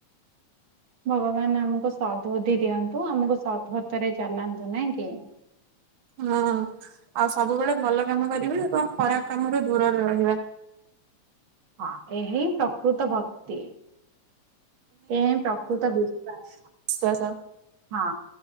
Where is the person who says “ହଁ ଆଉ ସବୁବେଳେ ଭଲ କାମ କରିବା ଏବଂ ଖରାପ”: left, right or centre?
Right